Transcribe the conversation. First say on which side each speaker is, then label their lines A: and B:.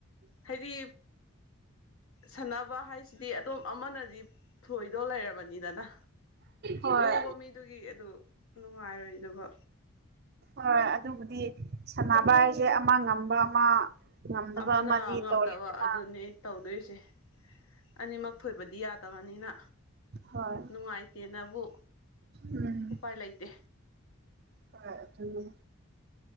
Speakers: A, on the left; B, on the right.
A: ꯍꯥꯏꯗꯤ ꯁꯥꯟꯅꯕ ꯍꯥꯏꯁꯤꯗꯤ ꯑꯗꯨꯝ ꯑꯃꯅꯗꯤ ꯊꯣꯏꯗꯣꯏ ꯂꯩꯔꯕꯅꯤꯗꯅ
B: ꯍꯣꯏ
A: ꯄꯣꯕ ꯃꯤ ꯑꯗꯨꯒꯤ ꯑꯗꯨ ꯅꯨꯡꯉꯥꯏꯔꯣꯏꯗꯕ
B: ꯍꯣꯏ ꯑꯗꯨꯕꯨꯗꯤ ꯁꯥꯟꯅꯕ ꯍꯥꯏꯁꯦ ꯑꯃ ꯉꯝꯕ ꯑꯃ ꯉꯝꯗꯕ
A: ꯑꯃꯅ
B: ꯑꯃꯗꯤ
A: ꯉꯝꯗꯕ
B: ꯇꯧꯔꯦꯗꯅ
A: ꯑꯗꯨꯅꯤ ꯇꯧꯗꯣꯏꯁꯦ ꯑꯅꯤꯃꯛ ꯊꯣꯏꯕꯗꯤ ꯌꯥꯗꯕꯅꯤꯅ
B: ꯍꯣꯏ
A: ꯅꯨꯡꯉꯥꯏꯇꯦꯅꯕꯨ
B: ꯎꯝ
A: ꯎꯄꯥꯏ ꯂꯩꯇꯦ
B: ꯍꯣꯏ ꯑꯗꯨꯅꯤ